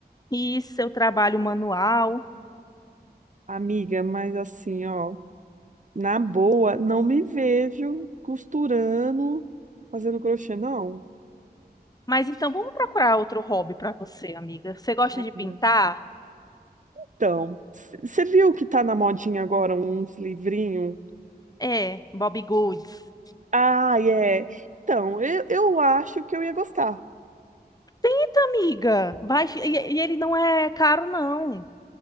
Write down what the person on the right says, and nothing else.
amiga, mas assim, ó, na boa, não me vejo costurando, fazendo crochê, não.
Ai,
meu Deus. Então, você viu que tá na modinha agora uns livrinhos?
Ah, é. Então, eu, eu acho que eu ia gostar.